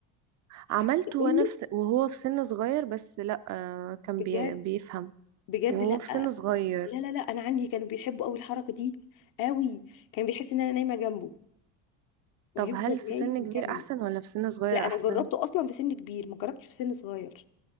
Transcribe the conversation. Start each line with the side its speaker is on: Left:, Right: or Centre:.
Right: عملته
Left: عايزه اقول
Right: وانا
Left: لك
Right: في س... وهو في سن صغير بس لا آه كان
Left: بجد
Right: بي... بيفهم
Left: بجد
Right: وهو
Left: لا
Right: في سن صغير
Left: لا لا لا انا عندي كانوا بيحبوا قوي الحركه دي قوي كان بيحس ان انا نايمه جنبه ويفضل
Right: طب هل في
Left: نايم
Right: سن
Left: ومكمل
Right: كبير احسن ولا في سن صغير
Left: لا انا
Right: احسن
Left: جربته اصلا في سن كبير ما جربتش في سن صغير